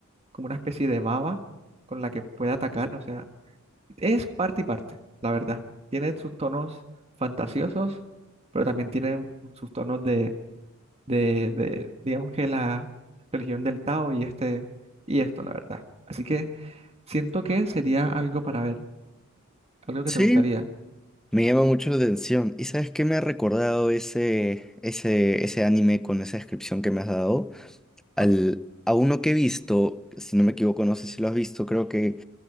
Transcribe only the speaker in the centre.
Sí,
me llama mucho la atención. ¿Y sabes qué me ha recordado ese, ese, ese anime con esa descripción que me has dado? Al,
a uno que he visto, si no me equivoco, no sé si lo has visto, creo que